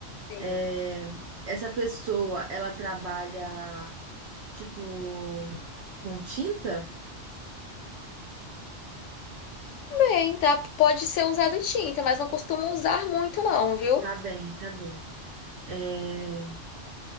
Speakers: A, on the left; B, on the right.
A: Sim.
B: É, essa pessoa, ela trabalha, tipo, com tinta?
A: Bem, tá? Pode ser usado tinta, mas não costumo usar muito, não, viu?
B: Tá bem, tá bem. É,